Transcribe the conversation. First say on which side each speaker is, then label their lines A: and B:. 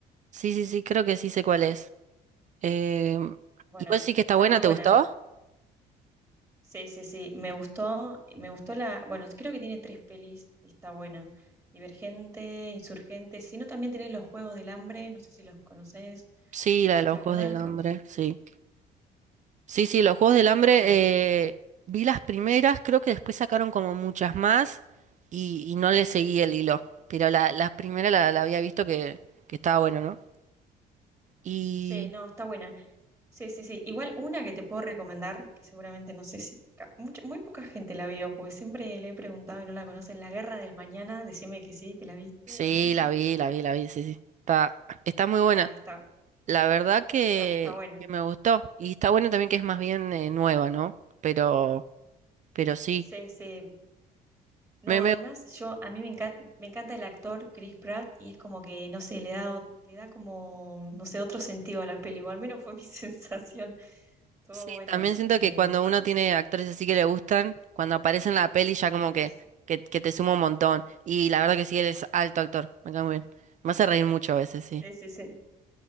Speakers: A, on the right; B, on the right.
A: Sí, sí, sí, creo que sí sé cuál es. Eh,
B: Bueno,
A: ¿y vos sí que está
B: está
A: buena?
B: muy
A: ¿Te
B: buena.
A: gustó?
B: Sí, sí, sí, me gustó, me gustó la, bueno, creo que tiene tres pelis y está buena. Divergente, Insurgente, si no también tenés los Juegos del Hambre, no sé si los conoces
A: Sí,
B: o
A: la
B: viste
A: de los
B: alguna,
A: Juegos del
B: ¿no?
A: Hambre, sí. Sí, sí, los Juegos del
B: Está
A: Hambre,
B: buena.
A: eh, vi las primeras, creo que después sacaron como muchas más y, y no le seguí el hilo, pero la, la primera la, la había visto que, que estaba bueno, ¿no? Y
B: Sí, no, está buena. Sí, sí, sí. Igual una que te puedo recomendar, que seguramente no sé si ca- mucha- muy poca gente la vio, porque siempre le he preguntado y no la conocen, La Guerra del Mañana, decime que sí, que la viste
A: sí,
B: o no. <laughs>
A: la vi, la vi, la vi, sí, sí, está, está muy buena.
B: Ah, está,
A: La verdad que,
B: está, está buena.
A: que me gustó y está bueno también que es más bien eh, nueva, ¿no? Pero, pero sí,
B: Sí, sí. No,
A: me me
B: además yo a mí me encanta, me encanta el actor Chris Pratt y es como que no sé, le da ot- le da como no sé, otro sentido a la peli, o al menos fue mi <laughs> sensación. Todo
A: Sí,
B: bueno,
A: también siento
B: eh,
A: que cuando
B: como
A: uno tiene actores así que le gustan, cuando aparece en la peli ya
B: favoritas.
A: como que, que, que te suma un montón. Y la verdad que sí, él es alto actor, me cae muy bien. Me hace reír mucho a veces,
B: Sí,
A: sí.
B: sí, sí.